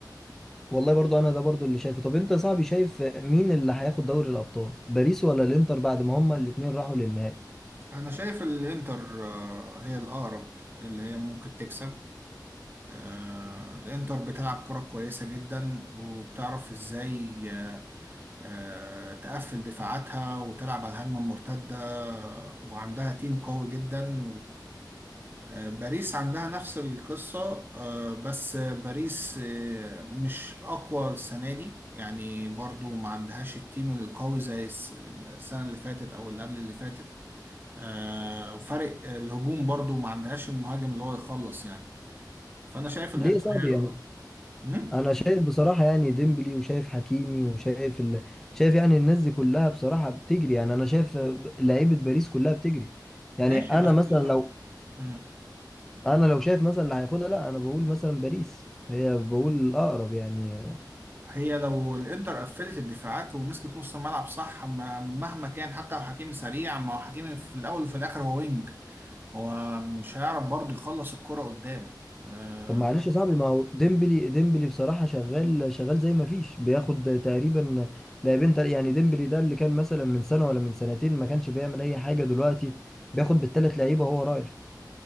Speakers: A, in the centre; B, on the right.
A: والله برضو أنا ده برضو اللي شايفه طب أنت يا صاحبي شايف مين اللي هياخد دوري الأبطال؟ باريس ولا الإنتر بعد ما هما الاتنين راحوا للنهائي؟
B: أنا شايف الإنتر آه، هي الأقرب اللي هي ممكن تكسب آه، الإنتر بتلعب كرة كويسة جدا وبتعرف إزاي آه، آه، تقفل دفاعاتها وتلعب على الهجمة المرتدة آه، وعندها تيم قوي جدا آه، باريس عندها نفس القصة آه، بس باريس آه، مش أقوى السنة دي يعني برضو ما عندهاش التيم القوي زي الس- السنة اللي فاتت أو اللي قبل اللي فاتت آه، وفرق الهجوم برضو ما عندهاش المهاجم اللي هو يخلص يعني فأنا شايف الإنتر
A: ليه يا صاحبي
B: هي
A: يعني
B: الأقوى. مم؟
A: انا شايف بصراحه يعني ديمبلي وشايف حكيمي وشايف ال... شايف يعني الناس دي كلها بصراحه بتجري يعني انا شايف لعيبه باريس كلها بتجري يعني
B: ماشي
A: انا
B: بس
A: مثلا لو
B: مم.
A: انا لو شايف مثلا اللي هياخدها لا انا بقول مثلا باريس هي بقول الاقرب يعني
B: هي لو الإنتر قفلت الدفاعات ومسكت نص الملعب صح ما- مهما كان حتى لو حكيمي سريع ما هو حكيمي في الأول وفي الآخر هو وينج هو مش هيعرف برضه يخلص الكرة قدام آه،
A: طب معلش يا صاحبي ما هو ديمبلي ديمبلي بصراحه شغال شغال زي ما فيش بياخد تقريبا لاعبين تل... يعني ديمبلي ده اللي كان مثلا من سنه ولا من سنتين ما كانش بيعمل اي حاجه دلوقتي بياخد بالثلاث لعيبه وهو رايح